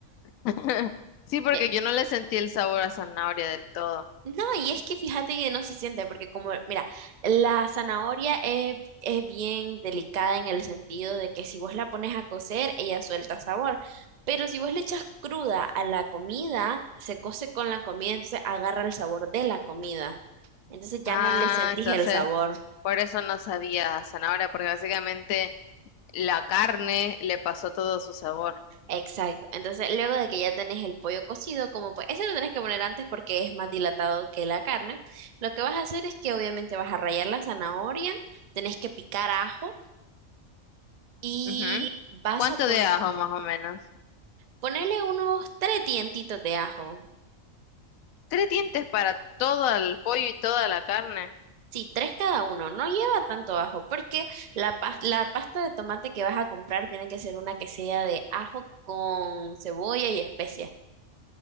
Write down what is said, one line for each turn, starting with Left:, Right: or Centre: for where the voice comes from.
Left: <laughs> Sí, porque
Right: Eh,
Left: yo no le sentí el sabor a zanahoria del todo.
Right: No, y es que fíjate que no se siente, porque como, mira, la zanahoria es, es bien delicada en el sentido de que si vos la pones a cocer, ella suelta sabor. Pero si vos le echas cruda a la comida, se cose con la comida, entonces agarra el sabor de la comida. Entonces ya
Left: Ah,
Right: no le sentís
Left: entonces,
Right: el sabor.
Left: por eso no sabía a zanahoria, porque básicamente la carne le pasó todo su sabor.
Right: Exacto. Entonces, luego de que ya tenés el pollo cocido, como pues, ese lo tenés que poner antes porque es más dilatado que la carne. Lo que vas a hacer es que obviamente vas a rallar la zanahoria, tenés que picar ajo y
Left: Ujú.
Right: vas
Left: ¿Cuánto
Right: a pon-
Left: de ajo más o menos?
Right: ponerle unos tres dientitos de ajo.
Left: Tres dientes para todo el pollo y toda la carne.
Right: Sí, tres cada uno. No lleva tanto ajo porque la, pas- la pasta de tomate que vas a comprar tiene que ser una que sea de ajo con cebolla y especias.